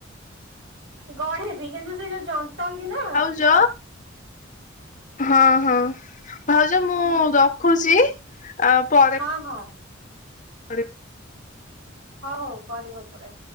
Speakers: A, on the right; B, on the left.
A: ଗଢ଼ିବି କିନ୍ତୁ ସେଇ ଯୋଉ ଜନ୍ତନ୍ତିନା
B: ଯ ହଁ ହଁ ଭାଉଜ ମୁଁ ରଖୁଛି ଆଉ ପରେ
A: ହଁ ହଁ।
B: ଆରେ।
A: ହ ହଉ କରିବ ପରେ।